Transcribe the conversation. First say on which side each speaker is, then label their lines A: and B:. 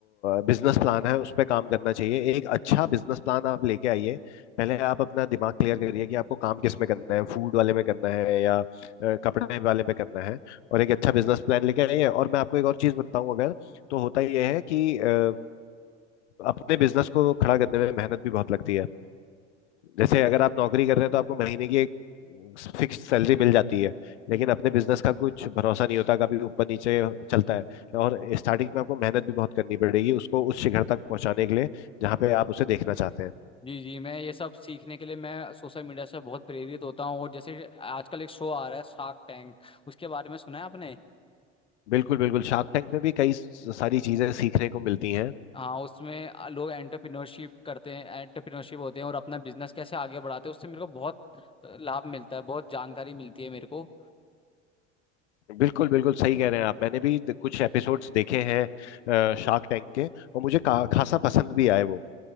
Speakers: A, on the left (about 75°); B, on the left (about 15°).
A: बिजनेस प्लान है उस पर काम करना चाहिए एक अच्छा बिजनेस प्लान आप लेके आइए पहले आप अपना दिमाग क्लियर करिए कि आपको काम किस में करना है फूड वाले में करना है या अ, कपड़े वाले में करना है और एक अच्छा बिजनेस प्लान लेके आइए और मैं आपको एक और चीज़ बताऊं अगर तो होता यह है कि अ, अ, अपने बिजनेस को खड़ा करने में मेहनत भी बहुत लगती है जैसे अगर आप नौकरी कर रहे हैं तो आपको महीने की एक फिक्स सैलरी मिल जाती है
B: जी
A: लेकिन अपने बिजनेस का कुछ भरोसा नहीं होता कभी ऊपर नीचे चलता है और स्टार्टिंग में आपको मेहनत भी बहुत करनी पड़ेगी उसको उस शिखर तक पहुंचाने के लिए जहाँ पे आप उसे देखना चाहते हैं
B: जी जी मैं ये सब सीखने के लिए मैं सोशल मीडिया से बहुत प्रेरित होता हूँ और जैसे आजकल एक शो आ रहा है शार्क टैंक उसके बारे में सुना है आपने
A: बिल्कुल बिल्कुल शार्क टैंक में भी कई सारी चीजें सीखने को मिलती हैं
B: हाँ उसमें लोग एंटरप्रेन्योरशिप करते हैं एंटरप्रेन्योरशिप होते हैं और अपना बिजनेस कैसे आगे बढ़ाते हैं उससे मेरे को बहुत लाभ मिलता है बहुत जानकारी मिलती है मेरे को
A: बिल्कुल बिल्कुल सही कह रहे हैं आप मैंने भी कुछ एपिसोड्स देखे हैं शार्क टैंक के और मुझे का- खासा पसंद भी आए वो